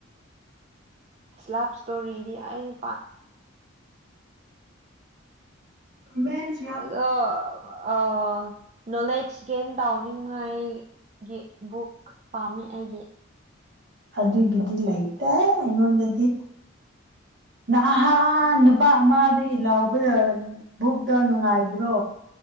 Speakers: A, on the right; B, on the right.
A: ꯂꯞ ꯏꯁꯇꯣꯔꯤꯗꯤ ꯑꯩꯅꯤ
B: ꯃ <unintelligible>
A: ꯍꯜꫪꯣ ꯑ ꯅꯣꯂꯦꯖ ꯒꯦꯟ ꯇꯥꯎꯅꯤꯡꯉꯥꯏ ꯒꯤ ꯕꯨꯛ ꯄꯥꯝꯃꯦ ꯑꯩꯒꯤ
B: ꯑꯗꯨꯗ ꯗꯤꯂꯥꯏꯇ ꯑꯩꯉꯣꯟꯟꯗꯤ ꯅꯍꯥ ꯅꯨꯄꯥ ꯑꯃꯗꯒꯤ ꯂꯥꯎꯕꯤꯔꯗꯤ ꯕꯨꯛꯇ ꯅꯨꯡꯉꯥꯏꯕ꯭ꯔꯣ